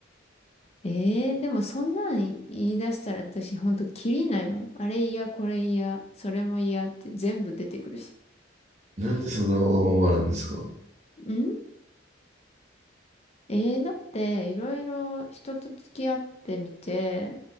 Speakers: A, on the left (about 35°); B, on the right (about 40°).
A: えー、でもそんなん言い出したら私ほんとキリないもん。あれ嫌、これ嫌、それも嫌って全部出てくるし。
B: <laughs> なんでそんなわがままなんですか
A: んえー、だっていろいろ人と付き合ってみて、